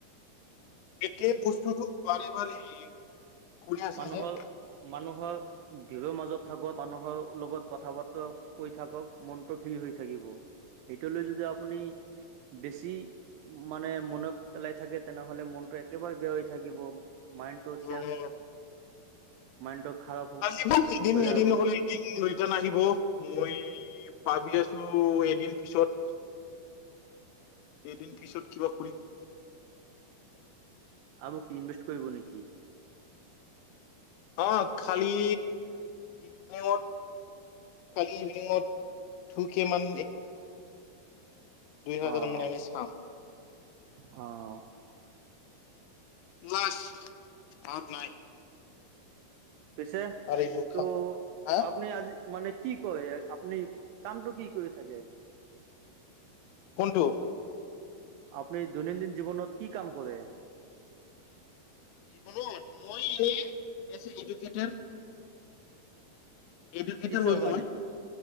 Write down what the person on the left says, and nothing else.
একেই বস্তুটো বাৰে বাৰে, ঘুৰি আছে
যে।
উম
আজি মোৰ এদিন
এদিন
ন'হলে এদিন ৰিটাৰ্ণ আহিব মই এ, পাবি আছোঁ এদিন পিছত এদিন পিছত কিবা কৰিম।
অ' খালি ইভিনিঙত, খালি ইভিনিঙত। <unintelligible> কিমান হাজাৰ
মান এনেই চাম
লাষ্ট <unintelligible> নাই।
আৰু এইবোৰ
খাম হা
কোনটো?
<unintelligible> মই এনে বেচিক ইডোকেটাৰ। এডুকেটাৰ
হয় মই,